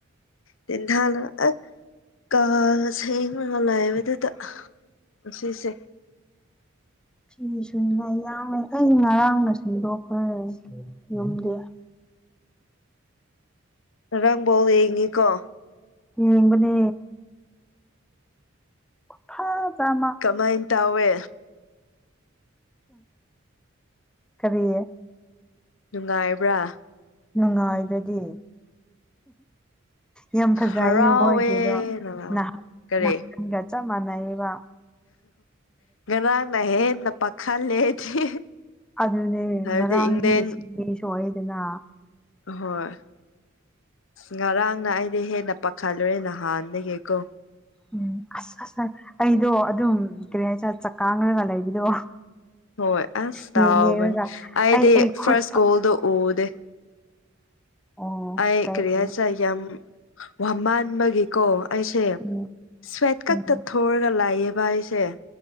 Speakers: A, on the left; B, in the centre.
A: ꯇꯦꯟꯊꯥꯜꯂꯒ ꯑꯁ ꯀꯥꯒ ꯁꯦꯡꯉꯒ ꯂꯥꯏꯕꯗꯨꯗ ꯁꯤꯁꯦ
B: ꯐꯤ ꯁꯨꯏꯅ ꯌꯥꯡꯅꯩ ꯑꯩ ꯉꯔꯥꯡꯅ ꯁꯤꯟꯗꯣꯛꯈ꯭ꯔꯦ ꯌꯨꯝꯗꯦ
A: ꯉꯔꯥꯡ ꯕꯣꯜ ꯌꯦꯡꯉꯤꯀꯣ
B: ꯌꯦꯡꯕꯅꯦ ꯐꯥ ꯖꯃ
A: ꯀꯃꯥꯏꯅ ꯇꯧꯋꯦ
B: ꯀꯔꯤ
A: ꯅꯨꯡꯉꯥꯏꯕ꯭ꯔꯥ
B: ꯅꯨꯡꯉꯥꯏꯕꯗꯤ ꯌꯥꯝ ꯐꯖꯩꯌꯦ
A: ꯍꯔꯥꯎꯋꯦ
B: ꯃꯣꯏꯒꯤꯗꯣ
A: ꯅꯔꯥꯎ
B: ꯅꯍꯥꯟꯒ
A: ꯀꯔꯤ
B: ꯆꯞ ꯃꯥꯟꯅꯩꯕ
A: ꯔꯥꯡꯅ ꯍꯦꯟꯅ ꯄꯈꯠꯂꯦ ꯑꯩꯗꯤ
B: ꯑꯗꯨꯅꯦ
A: ꯍꯥꯏꯕꯗꯤ
B: ꯉꯔꯥꯡꯗꯤꯁꯨ
A: ꯏꯪꯂꯦꯟ
B: ꯑꯦꯗꯅ
A: ꯍꯣꯏ ꯉꯔꯥꯡꯅ ꯑꯩꯗꯤ ꯍꯦꯟꯅ ꯄꯥꯈꯠꯂꯨꯔꯦ ꯅꯍꯥꯟꯗꯒꯤꯀꯣ
B: ꯎꯝ ꯑꯁ ꯑꯁ ꯑꯩꯗꯣ ꯑꯗꯨꯝ ꯀꯔꯤ ꯍꯥꯏꯇꯥꯔ ꯆꯥꯛ ꯀꯥꯡꯈꯒ ꯂꯩꯕꯗꯣ
A: ꯍꯣꯏ ꯑꯁ
B: ꯌꯦꯡ
A: ꯇꯥꯕꯅꯤ
B: ꯌꯦꯡꯔꯒ
A: ꯑꯩꯗꯤ
B: ꯑꯩ ꯑꯩ ꯈꯨꯠ
A: ꯐꯥꯔꯁ ꯀꯣꯜꯗꯣ ꯎꯗꯦ
B: ꯑꯣ
A: ꯑꯩ
B: ꯀꯥꯏꯗꯦ
A: ꯀꯔꯤ ꯍꯥꯢꯁꯤꯔ ꯌꯥꯝ ꯋꯃꯥꯟꯕꯒꯤ ꯀꯣ ꯑꯩꯁꯦ
B: ꯎꯝ
A: ꯁ꯭ꯋꯦꯠ ꯀꯛꯇ
B: ꯎꯝ
A: ꯊꯣꯔꯒ ꯂꯥꯛꯑꯦꯕ ꯑꯩꯁꯦ